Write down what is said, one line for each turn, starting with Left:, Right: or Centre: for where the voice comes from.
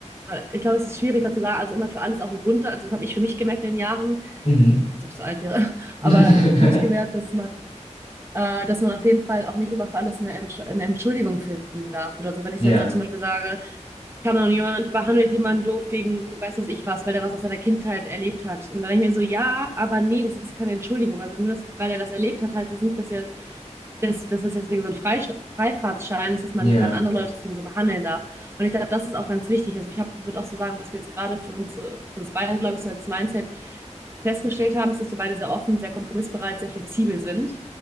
Right: ich glaube, es ist schwierig, dazu sagen, also immer für alles auch einen Grund. da- Also das habe ich für mich gemerkt in den Jahren,
Left: Mhm.
Right: jetzt bin ich so alt wäre, <laughs>
Left: <laughs>
Right: aber also für mich gemerkt, dass man äh, dass man auf jeden Fall auch nicht immer für alles eine, Entsch eine Entschuldigung finden darf oder so. Wenn ich
Left: Ja,
Right: jetzt da zum Beispiel sage, kann auch jemand behandelt jemanden doof wegen, weiß das ich was, weil er was aus seiner Kindheit erlebt hat. Und dann denke ich mir so, ja, aber nee, das ist keine Entschuldigung. Also nur das, weil er das erlebt hat, heißt es nicht, dass er das, das ist deswegen so ein Freisch- Freifahrtschein ist, dass man
Left: ja,
Right: dann andere Leute deswegen so behandeln darf. Und ich glaube, das ist auch ganz wichtig. Also ich würde auch so sagen, was wir jetzt gerade für uns, äh, für uns beide, glaube ich, so als Mindset festgestellt haben, ist, dass wir beide sehr offen, sehr kompromissbereit, sehr flexibel sind.